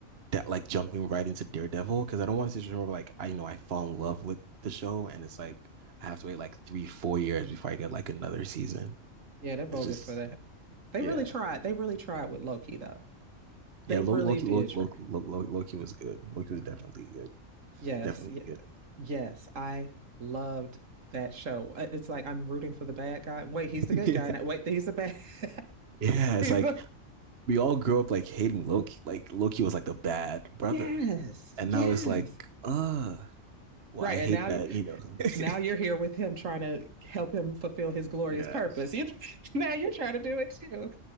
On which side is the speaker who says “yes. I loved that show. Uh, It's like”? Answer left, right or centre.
Right